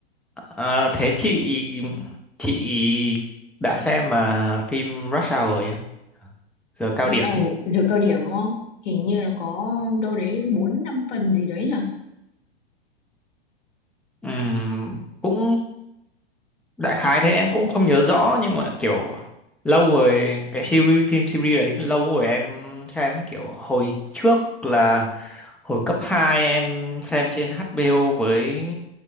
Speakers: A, in the centre; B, on the left.
A: à, thế chị chị đã xem mà phim Rush Hour rồi á giờ cao
B: Rồi
A: điểm
B: sau-
A: ấy
B: giờ cao điểm đúng không hình như nó có đâu đấy bốn năm phần gì đấy nhỉ
A: Ừm, cũng đại khái thế em cũng không nhớ rõ nhưng mà kiểu lâu rồi cái series phim series đấy lâu rồi em xem ấy kiểu hồi trước là hồi cấp 2 em xem trên HBO với